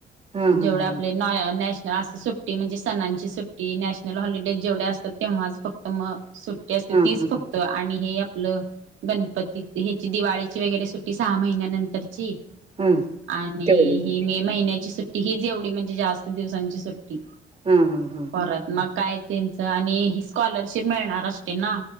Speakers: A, on the right (about 30°); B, on the right (about 75°).
A: हा हा
B: जेवढ
A: हा.
B: आपले नॅशनल अस सुट्टी म्हणजे सणांची सुट्टी नश हॉलिडे जेवढ्या असतात तेव्हाच फक्त मग सुट्टी असते
A: हा
B: तीच
A: हा
B: फक्त
A: हा
B: आणि आपलं गणपती ह्याची दिवाळीची वगैरे सुट्टी सहा महिन्यानंतरची
A: हा
B: आणि
A: तेवढीच
B: ही मे महिन्याची सुट्टी हीच एवढी म्हणजे जास्त दिवसांची सुट्टी
A: हा हा हा
B: परत मग काय त्यांचं आणि ह स्कॉलरशिप मिळणार असते ना.